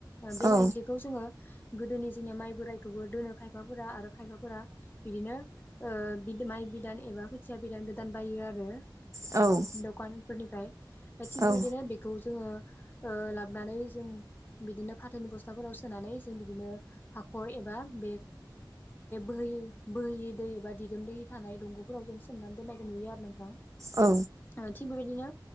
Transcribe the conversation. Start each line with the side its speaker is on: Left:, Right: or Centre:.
Left: बे
Right: औ
Left: माइज्लि खौ जोङो गोदोनि जोंनिया माइ बोरायखौबो दोनो खायफाफोरा आरो खायफाफोरा बिदिनो माइ बिदान एबा खोथिया बिदान गोदान बायो आरो
Right: औ
Left: दखानफोरनिफ्राय थिग
Right: औ
Left: बेबायदिनो बेखौ जोङो लाबोनानै जों बिदिनो फाथौनि बसथाफोराव सोनानै जों बिदिनो हाखर एबा बे बोहै बोहैयै दै एबा दिदोम दै थानाय दंग'फोराव जों सोमनानै दोननायखौ नुयो आरो नोंथां
Right: औ
Left: आ थिग बेबायदिनो